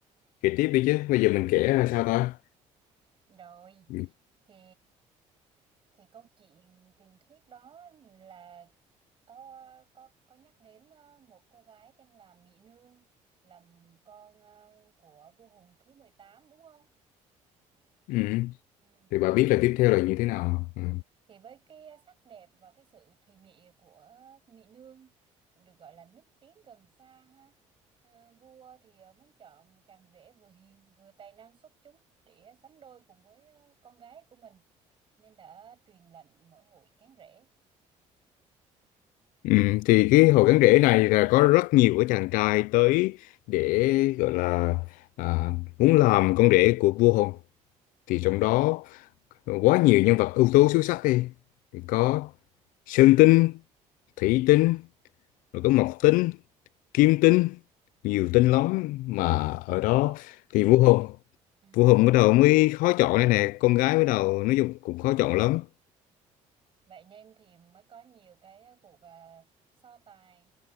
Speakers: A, on the left; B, on the right.
A: kể tiếp đi chứ bây giờ mình kể là sao ta
B: Rồi
A: ừ.
B: thì thì câu chuyện truyền thuyết đó là có có có nhắc đến ờ, một cô gái tên là Mỹ Nương là con ờ, của vua Hùng thứ mười tám đúng không?
A: Ừ.
B: Ừ.
A: thì bà biết
B: Thì
A: là tiếp theo là như thế nào ừ.
B: Thì với cái sắc đẹp và cái sự thùy mị của Mỹ Nương được gọi là nước tiếng gần xa ha. À, vua thì à, muốn chọn chàng rể vừa hiền vừa tài năng xuất chúng để sánh đôi cùng với à, con gái của mình nên đã truyền lệnh mở hội cán rể.
A: Ừ. thì cái hồ gắn rễ này là có rất nhiều cái chàng trai tới để gọi là à, muốn làm con rể của vua Hùng thì trong đó quá nhiều nhân vật ưu tú xuất sắc đi thì có Sơn Tinh Thủy Tinh rồi có Mộc Tinh Kim Tinh
B: Ừ.
A: nhiều tinh lắm mà ở đó
B: Con.
A: thì vua Hùng
B: Ừ.
A: vua Hùng bắt đầu mới khó chọn đây nè con gái bắt đầu nói chung cũng khó chọn lắm
B: Vậy nên thì mới có nhiều cái ờ, cuộc à, so tài